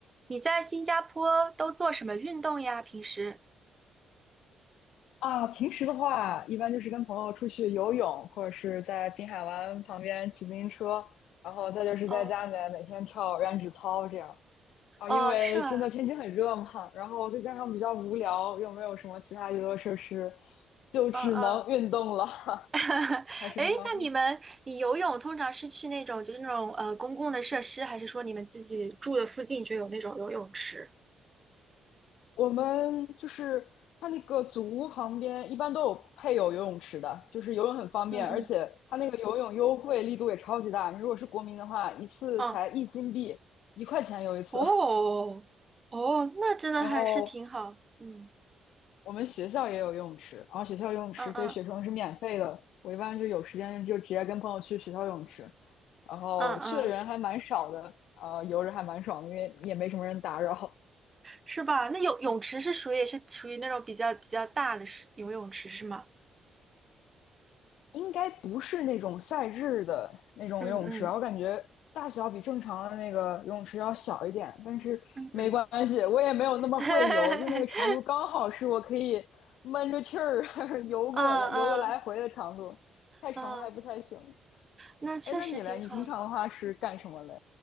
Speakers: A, on the right; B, on the left.
A: 你在新加坡都做什么运动呀？平时？
B: 啊，平时的话，一般就是跟朋友出去游泳，或者是在滨海湾旁边骑自行车，然后再就是在家里面每天跳燃脂操这样。
A: 哦
B: 啊，
A: 哦，
B: 因为真的天气很热嘛，
A: 是吗？
B: 然后再加上比较无聊，又没有什么其他娱乐设施，就只能运动了，
A: 嗯嗯。<laughs>
B: <laughs> 还是非常
A: 诶，那你们，你游泳通常是去那种就是那种呃公共的设施，还是说你们自己住的附近就有那种游泳池？
B: 我们就是它那个祖屋旁边一般都有配有游泳池的，就是游泳很方便，
A: 嗯嗯
B: 而且它那个游泳优惠力度也超级大。你如果是国民的话，一次才一新币，
A: 嗯，
B: 一块钱游一次。
A: 哦哦，那真的还是挺好。
B: 然后
A: 嗯
B: 我们学校也有游泳池，然后学校游泳池对学生是免费的。
A: 嗯嗯
B: 我一般就有时间就直接跟朋友去学校游泳池，然后去的人还蛮少的，
A: 嗯嗯，
B: 呃，游着还蛮爽的，因为也没什么人打扰。
A: 是吧？那泳泳池是属于也是属于那种比较比较大的是游泳池是吗？
B: 应该不是那种赛制的那种游泳池吧？
A: 嗯嗯
B: 我感觉大小比正常的那个游泳池要小一点，但是没关系，
A: 嗯嗯，
B: 我也没有那么会游，
A: <laughs>
B: 就那个长度刚好是我可以闷着气儿 <laughs> 游过来、
A: 嗯嗯。
B: 游个来回的长度，太长还不太行。
A: 嗯，那确实挺好。
B: 哎，那你嘞？你平常的话是干什么嘞？